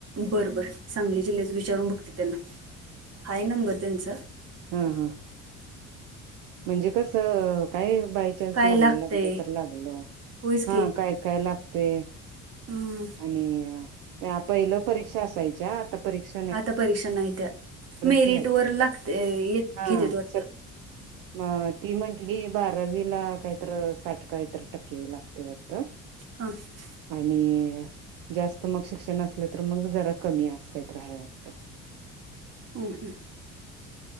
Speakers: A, on the right; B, on the right.
A: बरं -बरं सांगली जिल्ह्याच विचारून बघते. त्यांना, हाय नंबर तेंच
B: हा-हा म्हणजे कसं काय बायचान्स
A: काय
B: लागल-
A: लागतंय
B: लागलं तर लागलं
A: होयच
B: हा काय काय लागतय
A: हम्म
B: आणि त्या पहिल्या परीक्षा असायच्या आता परीक्ष
A: आता परीक्षा नाहीत्या मेरिट
B: घ्यायला
A: वर लागतय-
B: हा
A: घेतेत वाटत.
B: स म ती म्हंटली बारावीला कायतर साठ कायतर टक्के लागतय वाटत.
A: हा <inaudible>
B: आणि जास्त मग शिक्षण असलं तर मग जरा कमी आहे अस काहीतर हाय वाटतं.
A: हं हम्म